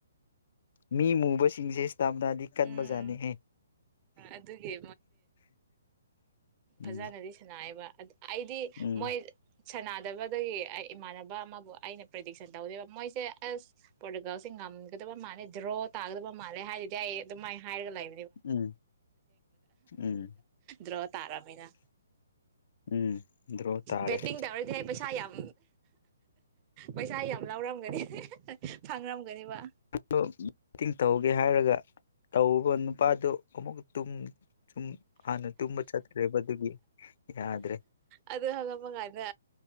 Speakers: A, on the left; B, on the right.
A: ꯃꯤ ꯃꯨꯕꯁꯤꯡꯁꯦ ꯇꯝ ꯇꯥꯗꯤ ꯀꯟꯕꯖꯥꯠꯅꯤꯍꯦ
B: ꯎꯝ ꯑꯗꯨꯒꯤ
A: ꯎꯝ
B: ꯐꯖꯅꯔꯤꯁꯤꯅ ꯇꯥꯏꯕ ꯑꯗꯨ ꯑꯩꯗꯤ
A: ꯎꯝ
B: ꯃꯣꯏ ꯁꯥꯟꯅꯗꯕꯗꯒꯤ ꯑꯩ ꯏꯃꯥꯟꯅꯕ ꯑꯃꯕꯨ ꯑꯩꯅ ꯄ꯭ꯔꯔꯤꯗꯤꯛꯁꯟ ꯇꯧꯗꯦꯕ ꯃꯣꯏꯁꯦ ꯑꯁ ꯄ꯭ꯔꯣꯇꯤꯀꯣꯜꯁꯦ ꯉꯝꯒꯗꯕ ꯃꯥꯜꯂꯦ ꯗ꯭ꯔꯣ ꯇꯥꯒꯗꯕ ꯃꯥꯜꯂꯦ ꯍꯥꯏꯔꯗꯤ ꯑꯩ ꯑꯗꯨꯃꯥꯏꯅ ꯍꯥꯏꯔꯒ ꯂꯩ
A: ꯎꯝ ꯎꯝ
B: ꯖ ꯗ ꯅ
A: ꯎꯝ ꯗ꯭ꯔꯣ ꯇꯥꯔꯦ
B: ꯕꯦꯠꯇꯤꯡ ꯇꯧꯔꯗꯤ ꯍꯥꯏ ꯄꯩꯁꯥ ꯌꯥꯝ ꯄꯩꯁꯥ ꯌꯥꯝ ꯂꯧꯔꯝꯒꯅꯤ ꯐꯪꯔꯝꯒꯅꯦꯕ
A: ꯃꯤꯇꯤꯡ ꯇꯧꯒꯦ ꯍꯥꯏꯔꯒ ꯇꯧꯕ ꯅꯨꯄꯥꯗꯨ ꯑꯃꯨꯛ ꯇꯨꯝ ꯁꯨꯝ ꯍꯥꯟꯅ ꯇꯨꯝꯕ ꯆꯠꯈ꯭ꯔꯦꯕ ꯑꯗꯨꯒꯤ ꯌꯥꯗ꯭ꯔꯦ
B: ꯑꯗꯨ ꯍꯉꯛꯄ ꯀꯥꯟꯗ